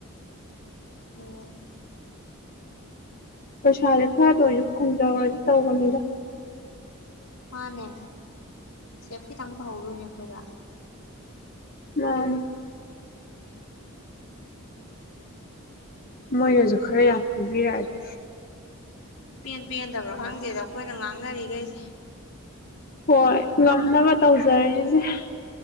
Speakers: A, on the left; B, on the left.
A: ꯑꯣ
B: ꯄꯩꯁꯥꯥꯖꯦ ꯈꯔꯇ ꯑꯣꯏꯔꯁꯨ ꯐꯪꯖꯧꯍꯧꯔꯗꯤ ꯇꯧꯕꯅꯤꯗ
A: ꯃꯥꯅꯦ ꯁꯦꯞꯈꯤꯠꯇꯪ ꯇꯧꯍꯧꯗꯣꯏꯅꯦ ꯑꯩꯈꯣꯏꯗ
B: ꯃꯥꯅꯦ ꯃꯣꯏꯅꯖꯨ ꯈꯔ ꯌꯥꯝ ꯄꯤꯕꯤꯔꯛꯑꯗꯤ
A: ꯄꯦꯟ ꯄꯦꯟ ꯈꯪꯗꯕ꯭ꯔ ꯈꯪꯗꯦꯗ ꯑꯩꯈꯣꯏꯅ ꯉꯥꯡꯅꯔꯤꯒꯩꯖꯦ
B: ꯍꯣꯏ ꯉꯝꯅꯕ ꯇꯧ <unintelligible>